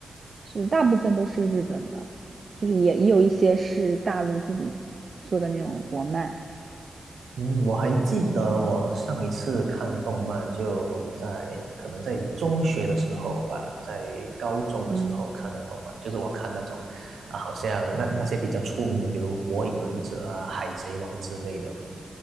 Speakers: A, on the right; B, on the right.
A: 是大部分都是日本的，就是也也有一些是大陆自己做的那种国漫。
B: 嗯，我还记得我上一次看动漫就在可能在中学的时候吧，在高中的时候看的动漫，
A: 嗯，
B: 就是我看那种啊，好像那那些比较出名的，比如《火影忍者》啊、《海贼王》之类的。